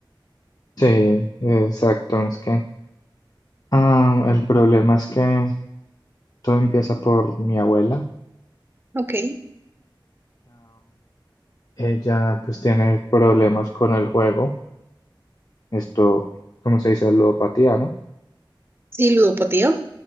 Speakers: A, on the left; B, on the right.
A: Sí, exacto, es que ah, el problema es que todo empieza por mi abuela.
B: Ok,
A: Ella pues tiene problemas con el juego, esto, como se dice? Ludopatía, ¿no?
B: sí, ludopatía.